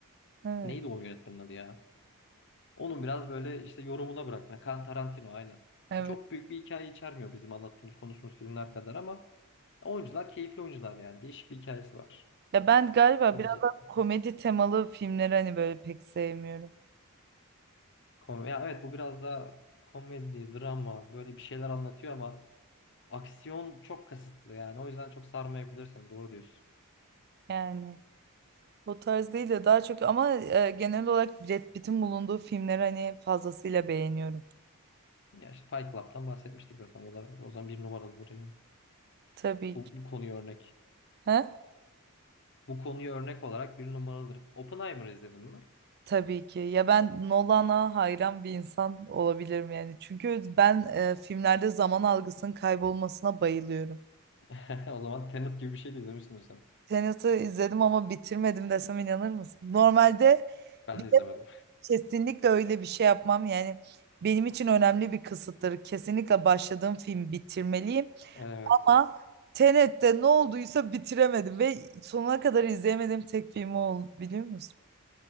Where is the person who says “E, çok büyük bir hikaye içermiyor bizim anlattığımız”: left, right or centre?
Left